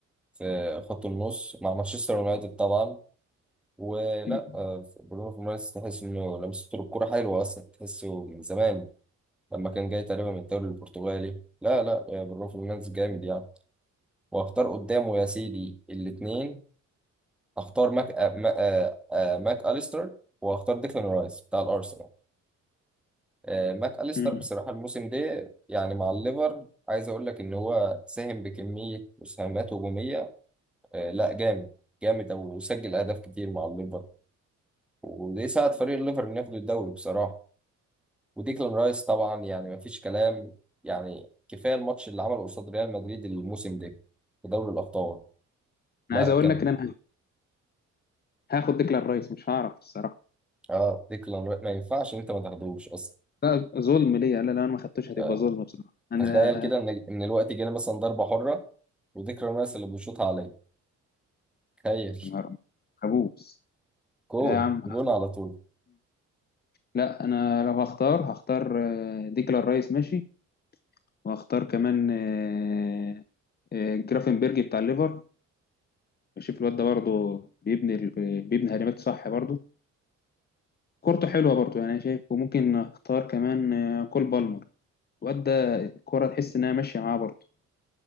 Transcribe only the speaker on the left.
مم.
مم.
انا عايز
اقول لك ان انا هاخد ديكلان رايس مش هعرف الصراحة
لا ظلم ليا لا لو انا ما خدتوش هتبقى
ظلم بصراحة انا
يا نهار أبيض. كابوس
لا يا عم
لا انا لو هختار هختار آه، ديكلان رايس ماشي وهختار كمان آه، آه، جرافنبرج بتاع الليفر بشوف الواد ده برضه بيبني ال- بيبني هجمات صح برضه كورته حلوه برضه يعني انا شايف وممكن اختار كمان آه، كول بالمر الواد ده الكوره تحس انها ماشيه معاه برضه